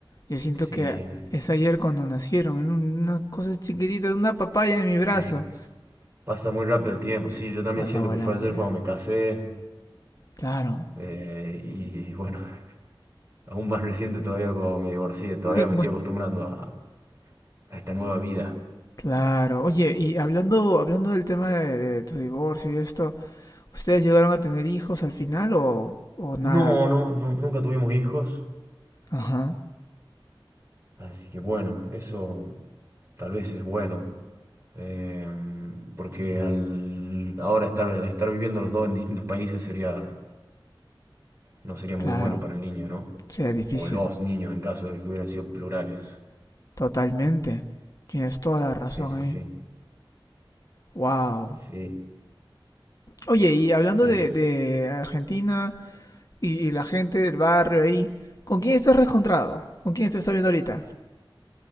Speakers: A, on the left (about 40°); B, on the right (about 35°).
A: Yo siento
B: Sí.
A: que es ayer cuando nacieron, en una cosa chiquitita, en una papaya en mi brazo.
B: Sí. Pasa muy rápido el tiempo, sí, yo también
A: Pasa
B: siento
A: volando
B: que fue ayer
A: ya.
B: cuando me casé
A: Claro.
B: eh, y bueno, <laughs> aún más reciente todavía cuando me divorcié, todavía
A: Eh,
B: me estoy acostumbrando a, a esta nueva vida.
A: Claro. Oye, y hablando, hablando del tema de, de tu divorcio y esto, ¿ustedes llegaron a tener hijos al final o, o nada?
B: No, no, no, nunca tuvimos hijos,
A: Ajá,
B: así que bueno, eso tal vez es bueno, eh, porque al ahora estar, estar viviendo los dos en distintos países sería, no sería muy
A: claro.
B: bueno para el niño, ¿no?
A: O sea, difícil.
B: O los niños en caso de que hubieran sido plurales.
A: Totalmente. Tienes toda la razón
B: Sí, sí,
A: ahí.
B: sí,
A: Wow.
B: sí,
A: Oye, y hablando
B: es...
A: de, de Argentina y, y la gente del barrio ahí, ¿con quién estás reencontrado? ¿Con quién te estás viendo ahorita?